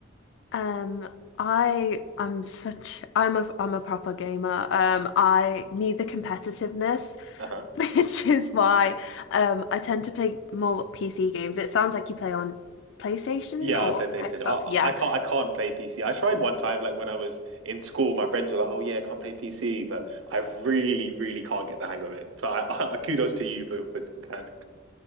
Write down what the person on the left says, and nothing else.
Um, I I'm such I'm a I'm a proper gamer. Um, I need the competitiveness,
<laughs> which is why um I tend to play more PC games. It sounds like you play on PlayStation
or
Xbox.
Yeah.